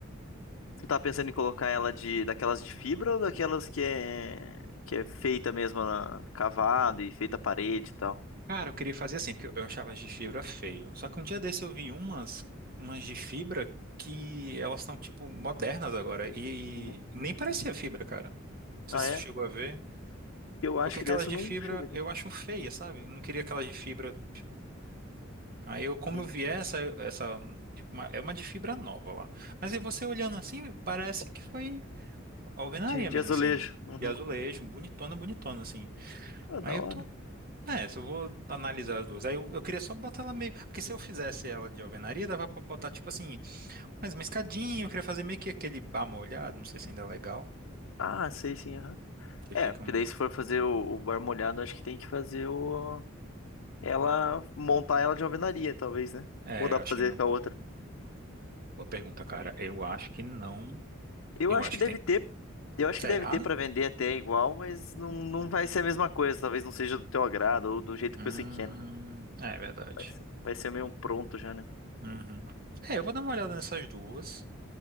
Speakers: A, on the left; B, on the right.
A: Tu tá pensando em colocar ela de daquelas de fibra ou daquelas que é que é feita mesmo na, cavada e feita à parede e tal?
B: Cara, eu queria fazer assim, porque eu eu achava as de fibra feio. Só que um dia desse eu vi umas, umas de fibra que elas estão, tipo, modernas agora. E,
A: Uhum.
B: e nem parecia fibra, cara. Não sei
A: Ah,
B: se
A: é?
B: você chegou a ver.
A: Eu
B: Porque
A: acho que
B: aquelas
A: dessa
B: de
A: eu não
B: fibra
A: cheguei a
B: eu
A: ver.
B: acho feia, sabe? Eu não queria aquelas de fibra, tipo. Aí eu, como
A: Uhum.
B: eu vi essa, essa, tipo, uma- é uma de fibra nova lá. Mas aí você olhando assim, parece que foi. alvenaria
A: De, de
B: mesmo,
A: azulejo.
B: assim.
A: Uhum.
B: E azulejo, bonitona, bonitona, assim.
A: Ah,
B: Aí
A: da
B: eu
A: hora.
B: tô. É, se eu vou analisar as duas. Aí eu, eu queria só botar ela meio. Porque se eu fizesse ela de alvenaria, dava pra botar, tipo assim, mais uma escadinha. Eu queria fazer meio que aquele bar molhado, não sei se ainda é legal.
A: Ah, sei sim, aham.
B: Que
A: É,
B: fica
A: porque
B: um.
A: daí se for fazer o, o bar molhado, acho que tem que fazer o... Ela... Montar ela de alvenaria, talvez, né?
B: É,
A: Ou dá
B: eu
A: pra
B: acho
A: fazer
B: que não.
A: com a outra?
B: Boa pergunta, cara. Eu acho que não.
A: Eu
B: Eu
A: acho
B: acho
A: que deve
B: que tem.
A: ter, eu acho
B: Será?
A: que deve ter para vender até igual, mas não, não vai ser a mesma coisa. Talvez não seja do teu agrado ou do jeito
B: Hum,
A: que você quer, né?
B: é é verdade.
A: Vai ser, vai ser meio um pronto já, né?
B: Uhum. É, eu vou dar uma olhada nessas duas.